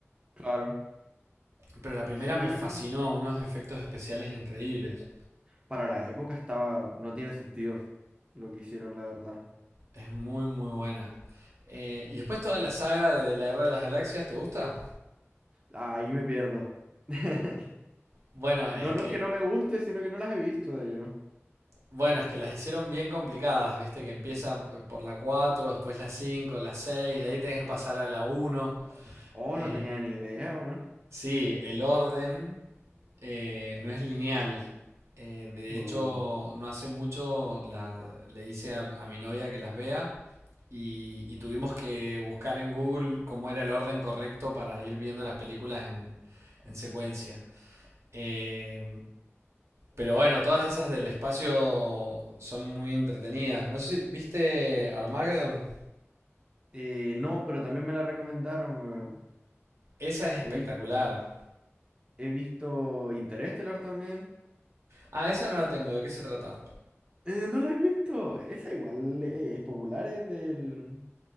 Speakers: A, on the right; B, on the right.
A: Claro.
B: Pero la primera
A: Sí.
B: me fascinó, unos efectos especiales increíbles.
A: Para la época estaba. No tiene sentido lo que hicieron, la verdad.
B: Es muy muy buena. Eh, y después toda la saga de la Guerra de las Galaxias, ¿te gusta?
A: Ahí me pierdo. <laughs>
B: Bueno,
A: No,
B: es que
A: no es que no me guste, sino que no las he visto de lleno.
B: bueno, es que las hicieron bien complicadas, viste que empieza eh, por la 4, después la 5, la 6, de ahí tenés que pasar a la uno.
A: Oh,
B: Eh,
A: no tenía ni idea, weón.
B: Sí, el orden eh, no es lineal. Eh, de
A: Buh.
B: hecho, no hace mucho la- le hice a, a mi novia que las vea y, y tuvimos que buscar en Google cómo era el orden correcto para ir viendo las películas en, en secuencia. Eh, pero bueno, todas esas del espacio son muy entretenidas. No sé si- ¿viste Armageddon?
A: Eh, no, pero también me la recomendaron, weón.
B: Esa es espectacular.
A: He visto, he visto Interestelar también.
B: Ah, esa no la tengo. ¿De qué se trata?
A: Eh, ¿no la he visto? Esa igual eh, es popular, es del...